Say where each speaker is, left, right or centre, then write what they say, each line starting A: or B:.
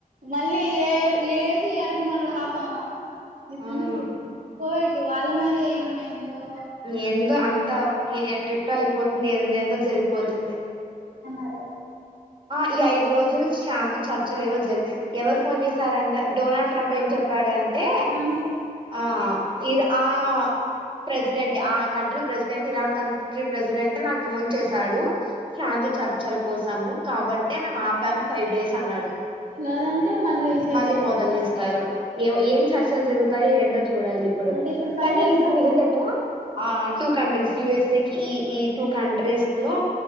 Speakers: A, on the right; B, on the right.
A: మళ్ళీ ఏ ఏ ది ఇరకునళ్ పాపం ఇది
B: అవును
A: ఉంది చూడు కోయిట్టు వాల మీద వేయడం ఏందో
B: ఏందో అంతా ఎటెటో అయిపోతుంది ఏందేందో జరిగిపోతుంది
A: అరే
B: ఆ ఈ ఐదు రోజులు శాంతి చర్చలువో జరుగు ఎవరు ఫోన్ చేశారంట డొనాల్డ్ ట్రంప్ ఏం చె చెప్పాడంటే
A: ట్రంప్
B: ఆ ఇర ఆ ప్రెసిడెంట్ ఆ కంట్రీ ప్రెసిడెంట్ ఇరాన్ క ప్రెసిడెంట్ నాకు ఫోన్ చేశాడు శాంతి చర్చల కోసము కాబట్టే మేము ఆపాము ఫైవ్ డేస్ అన్నాడు
A: లేదంటే చేసేటోళ్ళ
B: మళ్ళీ మొదలు చేస్తారు ఏ ఏం చర్చలు జరుగుతాయో ఏంటో చూడాలి ఇప్పుడు
A: అంటే ఫైవ్
B: కానీ
A: డేస్
B: ఇప్పుడు
A: అలా
B: నిజం చెప్పనా ఆ టూ కంట్రీస్ యూఎస్ఏ క ఈ ఈ టూ కంట్రీస్ లో